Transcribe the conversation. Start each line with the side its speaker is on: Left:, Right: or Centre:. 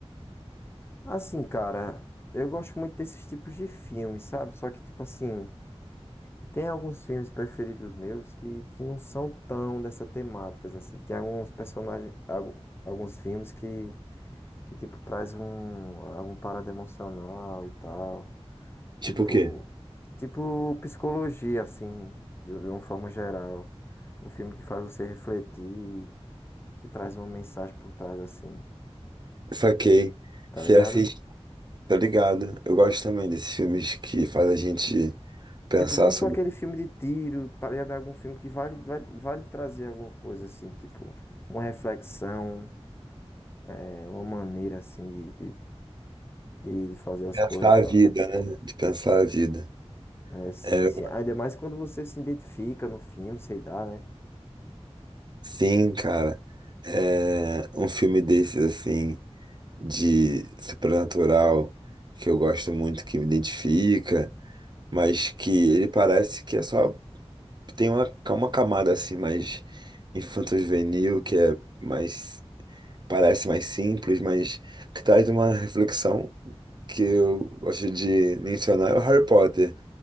Left: Assim, cara, eu gosto muito desses tipos de filmes, sabe? Só que, tipo assim, tem alguns filmes preferidos meus que, que não são tão dessa temática, assim. Tem alguns personagens, algu- alguns filmes que, que tipo, traz um, algum parada emocional e tal. Tipo,
Right: Tipo o quê?
Left: tipo psicologia, assim, de, de uma forma geral. Um filme que faz você refletir. que traz uma mensagem por trás assim,
Right: Saquei.
Left: tá
Right: Você
Left: ligado?
Right: assiste, tá ligado? Eu gosto também desses filmes que faz a gente pensar
Left: Tipo, não
Right: sobre.
Left: só aquele filme de tiro, tá ligado? Algum filme que vale, vale, vale trazer alguma coisa assim, tipo, uma reflexão, é, uma maneira assim de, de, de- de fazer as
Right: Pensar
Left: coisas e
Right: a
Left: tal.
Right: vida, né? De pensar a vida.
Left: É, sim,
Right: É,
Left: sim.
Right: eu-
Left: Ainda mais quando você se identifica no filme, sei lá, né?
Right: sim, cara. É, um filme desses, assim. de sobrenatural que eu gosto muito, que me identifica, mas que ele parece que é só tem uma, uma camada assim mais infanto-juvenil, que é mais parece mais simples, mas que traz uma reflexão que eu gosto de mencionar é o Harry Potter.